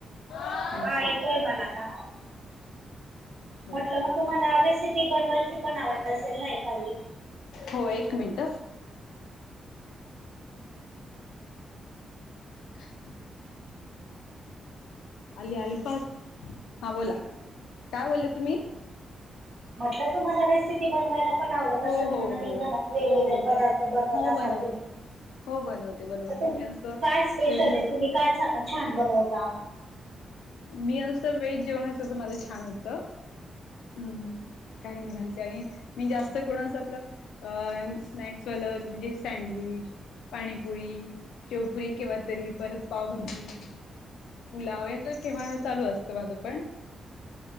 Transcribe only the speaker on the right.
हा
येतोय मला आता
म्हटल
मग तुम्हाला रेसिपी बनवायची पण आवड असेल ना एखादी
म्हटल तुम्हाला रेसिपी बनवायला पण आवडत असल
ना
नवीन
घरात वेगवेगळे
पदार्थ बनवत
असाल
तुम्ही
तर तुम
काय स्पेशल
आहे तुम्ही काय छान बनवता